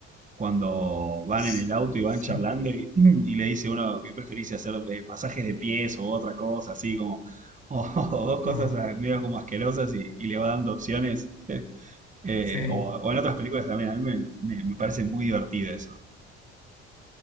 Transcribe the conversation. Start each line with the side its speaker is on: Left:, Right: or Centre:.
Right: cuando van
Left: s-
Right: en el auto y
Left: sí,
Right: van charlando y, <clears throat> y le dice uno, ¿qué preferís hacer? eh, ¿Masajes de pies o otra cosa? Así como, <laughs> o, dos cosas
Left: ah,
Right: ah, medio como asquerosas y y le va dando opciones. <laughs> Eh,
Left: sí,
Right: o, o en otras películas también. A mí me, me- me parece muy divertido eso.